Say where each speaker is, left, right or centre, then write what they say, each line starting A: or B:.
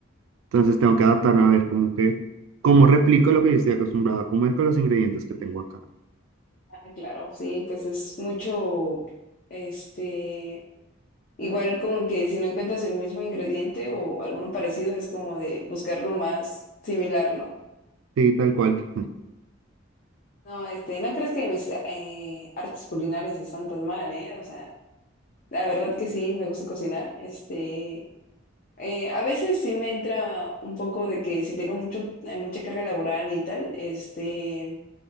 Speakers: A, on the right; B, on the left.
A: Entonces tengo que adaptarme a ver como que, cómo replico lo que yo estoy acostumbrado a comer con los ingredientes que tengo acá.
B: Ah, Claro, sí, pues es mucho, este, igual como que si no encuentras el mismo ingrediente o alguno parecido, es como de buscar lo más similar, ¿no?
A: Sí, tal cual.
B: No, este, no crees que mis eh, artes culinarias están tan mal, ¿eh? O sea, la verdad que sí, me gusta cocinar, este, eh, a veces sí me entra un poco de que si tengo mucho, eh, mucha carga laboral y tal, este...